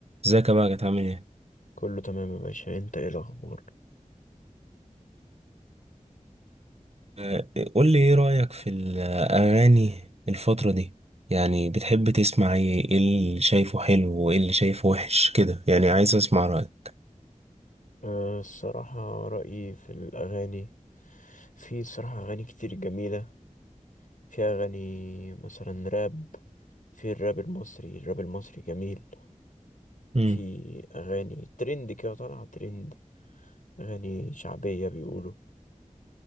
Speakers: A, on the right; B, on the left.
A: ازيك يا بقى عامل ايه؟
B: كله تمام يا باشا انت ايه الاخبار
A: آه، قول لي ايه رأيك في الأغاني الفترة دي؟ يعني بتحب تسمع ايه؟ ايه اللي شايفه حلو وايه اللي شايفه وحش كده؟ يعني عايز اسمع رأيك.
B: أه الصراحة رأيي في الأغاني في صراحة أغاني كتير جميلة في أغاني مثلا راب في الراب المصري الراب المصري جميل
A: مم.
B: في أغاني ترند كده طالعة ترند أغاني شعبية بيقولوا